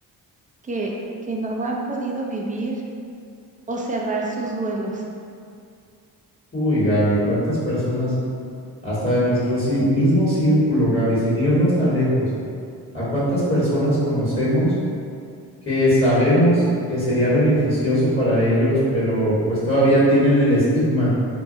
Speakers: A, on the right (about 20°); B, on the left (about 30°).
A: que, que no han podido vivir o cerrar sus duelos.
B: Uy, Gaby, ¿cuántas personas, hasta de nuestro ci- mismo círculo, Gaby, sin irnos tan lejos, a cuántas personas conocemos que sabemos que sería beneficioso para ellos, pero pues todavía tienen el estigma